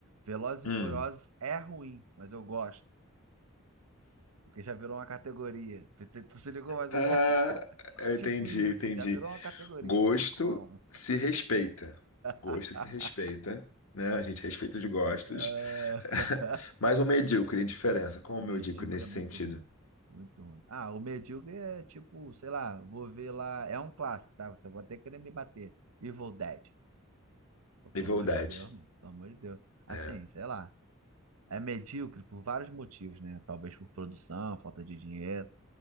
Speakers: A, on the right (about 85°); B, on the left (about 85°).
A: Velozes
B: Hum.
A: e Furiosos é ruim, mas eu gosto, porque já virou uma categoria. Tu, tu- tu se ligou mais
B: Ah,
A: ou menos?
B: eu
A: Tipo
B: entendi,
A: isso,
B: entendi.
A: já virou uma categoria,
B: Gosto
A: não tem como.
B: se respeita. Gosto
A: <laughs>
B: se respeita, né? A gente respeita os gostos.
A: Ah,
B: <laughs>
A: <laughs>
B: Mas o medíocre, diferença. Qual
A: medíocre
B: o medíocre nesse
A: é muito
B: sentido?
A: ruim. Muito ruim. Ah, o medíocre é tipo, sei lá, vou ver lá. É um clássico, tá? Você vai até querer me bater. Evil Dead. Pô, pelo
B: Rivalidade.
A: amor de Deus, mano. Pelo amor de Deus. Assim,
B: É.
A: sei lá. É medíocre por vários motivos, né? Talvez por produção, falta de dinheiro.